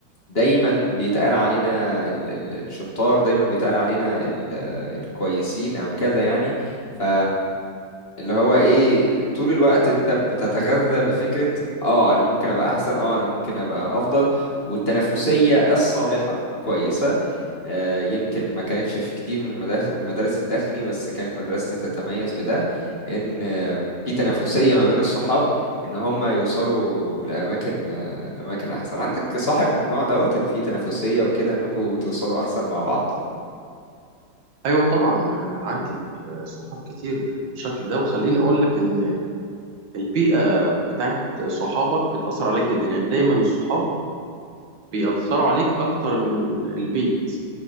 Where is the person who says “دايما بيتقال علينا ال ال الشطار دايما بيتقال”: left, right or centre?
Left